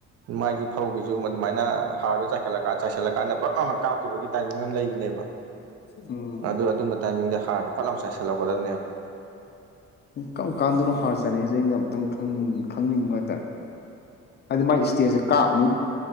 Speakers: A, on the right (about 55°); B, on the left (about 35°).
A: ꯃꯥꯒꯤ ꯐꯧꯒꯤꯁꯨ ꯑꯗꯨꯃꯥꯏꯅ ꯍꯥꯔꯗꯣ ꯆꯥꯏꯈꯠꯂ ꯆꯥꯏꯁꯤꯜꯂꯀꯥꯟꯗ ꯕꯛ ꯑꯃ ꯀꯥꯞꯈꯤꯕꯒꯤ ꯇꯥꯏꯃꯤꯡ ꯑꯃ ꯂꯩꯕꯅꯦꯕ
B: ꯎꯝ
A: ꯑꯗꯨ ꯑꯗꯨꯝꯕ ꯇꯥꯏꯃꯤꯡꯗ ꯍꯥꯔꯗꯣ ꯄꯠꯂꯥꯎ ꯆꯥꯏꯁꯜꯍꯛꯒꯗꯕꯅꯦꯕ
B: ꯀꯔꯝ ꯀꯥꯟꯗꯅꯣ ꯍꯥꯔ ꯆꯥꯅꯩꯁꯦ ꯑꯩꯅ ꯑꯃꯨꯛꯇꯪ ꯈꯪꯅꯤꯡꯕ ꯍꯥꯏꯇꯥꯔꯦ ꯍꯥꯏꯗꯤ ꯃꯥꯏ ꯏꯁꯇꯦꯖꯁꯦ ꯀꯥꯞꯃꯨꯛ